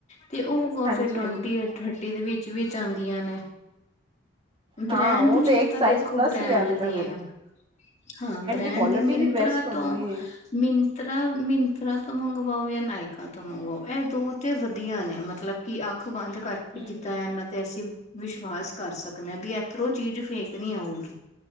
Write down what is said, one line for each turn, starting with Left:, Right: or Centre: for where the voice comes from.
Left: ਤੇ ਉਹ
Right: ਹਾਂਜੀ
Left: ਫਰ ਟਵੰਟੀ
Right: ਹਾਂਜੀ
Left: ਰੋਟੀ ਦੇ ਵਿੱਚ ਵੀ ਆਦੀਆਂ ਨੇ ਬ੍ਰੈਂਡ
Right: ਹਾਂ ਉਹ
Left: ਦੀ
Right: ਤੇ
Left: ਚੀਜ਼
Right: ਇੱਕ
Left: ਤਾਂ
Right: ਸਾਈਜ਼
Left: ਦੇਖੋ
Right: ਪਲੱਸ
Left: ਬ੍ਰੈਂਡ
Right: ਹੀ ਆਂਦਾ
Left: ਦੀ
Right: ਫਿਰ
Left: ਹੈ ਹਾਂ ਬ੍ਰੈਂਡ
Right: ਕੁਆਲਿਟੀ
Left: ਦੀ ਮਿੰਤਰਾ
Right: ਵੀ ਬੈਸਟ ਹੁੰਦੀ
Left: ਤੋਂ ਮਿੰਤਰਾ ਮਿੰਤਰਾ ਤੋਂ ਮੰਗਵਾਓ ਜਾਂ ਨਾਇਕਾ ਤੋਂ ਮੰਗਵਾਓ ਇਹ ਦੋ ਤੇ ਵਧੀਆ ਨੇ ਮਤਲਬ ਕਿ ਅੱਖ ਬੰਦ ਕਰਕੇ
Right: ਹੈਗੀ
Left: ਜਿੱਦਾਂ ਇਨਾ ਤੇ ਅਸੀਂ ਵਿਸ਼ਵਾਸ ਕਰ ਸਕਣਾ ਵੀ ਇਧਰੋਂ ਚੀਜ਼ ਫੇਕ ਨੀ ਆਉਗੀ